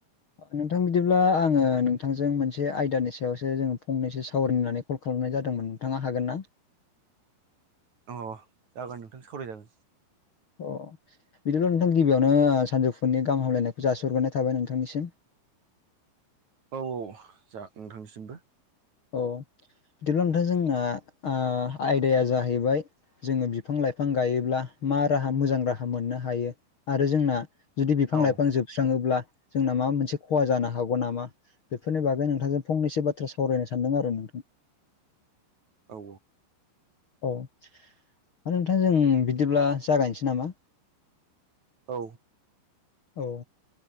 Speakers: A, on the left; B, on the right.
A: नोंथां बिदिब्ला आंङो नोंथांजों मोनसे आयदानि सायावसो जोङो फंनैसो सावरायनो कल खालामनाय जादोंमोन नोंथाङा हागोन ना?
B: अ जागोन नोंथां सावरायजागोन।
A: अ बिदिल' नोंथां गिबियावनो सानजौफुनि गाहाम हामलायनायखौ जाासोहरग्रोनाय थाबाय नोंथांनिसिम।
B: औ औ जा नोंथांनिसिमबो।
A: औ बिदिब्ला नोंथां जोंना आयदाया जाहैबाय जोङो बिफां-लाइफां गायोब्ला मा राहा मोजां राहा मोननो हायो आरो जोंना जुदि बिफां
B: औ
A: लाइफां जोबस्राङोब्ला जोंना माबा मोनसे खहा जानो हागौ नामा? बेफोरनि बागै नोंथांजों फंनैसो बाथ्रा सावरायनो सानदों आरो नोंथां।
B: औ।
A: औ नोंथां जों बिदिब्ला जागायनोसै नामा?
B: औ।
A: औ।